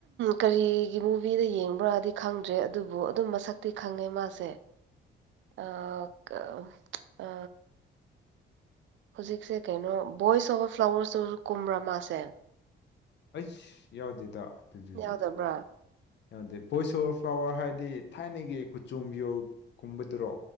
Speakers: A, on the right (about 70°); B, on the left (about 60°).
A: ꯀꯔꯤꯒꯤ ꯃꯨꯚꯤꯗ ꯌꯦꯡꯕ꯭ꯔꯥꯥꯗꯤ ꯈꯪꯗ꯭ꯔꯦ ꯑꯗꯨꯕꯨ ꯑꯗꯨꯝ ꯃꯁꯛꯇꯤ ꯈꯪꯉꯦ ꯃꯥꯁꯦ
B: <inaudible>
A: ꯑ ꯀ ꯑ ꯍꯧꯖꯤꯛꯁꯦ ꯀꯩꯅꯣ ꯕꯣꯏꯁ ꯑꯣꯚꯔ ꯐ꯭ꯂꯥꯋꯔꯁꯗꯖꯨ ꯀꯨꯝꯕ꯭ꯔ ꯃꯥꯥꯁꯦ
B: ꯑꯩꯁ ꯌꯥꯎꯗꯦꯗ ꯗꯨꯗꯗꯤ
A: ꯌꯥꯎꯗꯕ꯭ꯔꯥ
B: ꯌꯥꯎꯗꯦ ꯚꯣꯏꯖ ꯑꯣꯚꯔ ꯐ꯭ꯂꯥꯋꯔ ꯍꯥꯏꯗꯤ ꯊꯥꯏꯅꯒꯤ ꯀꯨꯆꯣꯝꯕ꯭ꯌꯣ ꯀꯨꯝꯕꯗꯨꯔꯣ